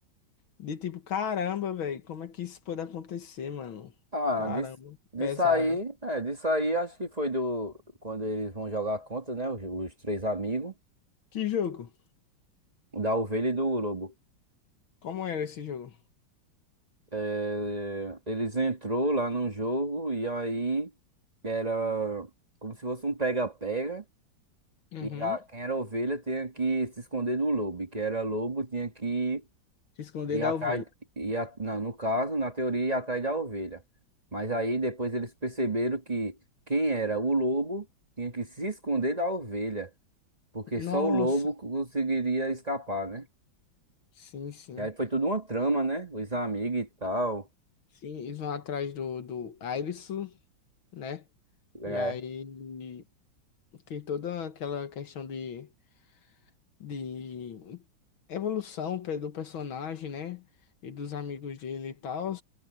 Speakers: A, on the left (about 80°); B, on the right (about 20°).
A: De tipo, caramba, velho, como é que isso pode acontecer, mano?
B: Ah,
A: Caramba,
B: disso, disso
A: pesado.
B: aí, é, disso aí acho que foi do quando eles vão jogar contra, né? Os, os três amigos,
A: Que jogo?
B: da ovelha e do lobo.
A: Como era esse jogo?
B: É, eles entrou lá no jogo e aí era como se fosse um pega-pega.
A: Uhum.
B: E a- quem era ovelha tinha que se esconder do lobo. E quem era lobo tinha que
A: Se esconder
B: E
A: da
B: atrás,
A: ovelha.
B: e a- não, no caso, na teoria, ia atrás da ovelha. Mas aí depois eles perceberam que quem era o lobo tinha que se esconder da ovelha, porque
A: Nossa,
B: só o lobo conseguiria escapar, né?
A: sim, sim.
B: E aí foi tudo uma trama, né? Os amigos e tal.
A: Sim, eles vão atrás do, do Airisu, né?
B: É,
A: E aí tem toda aquela questão de, de evolução pe- do personagem, né? E dos amigos dele e tal.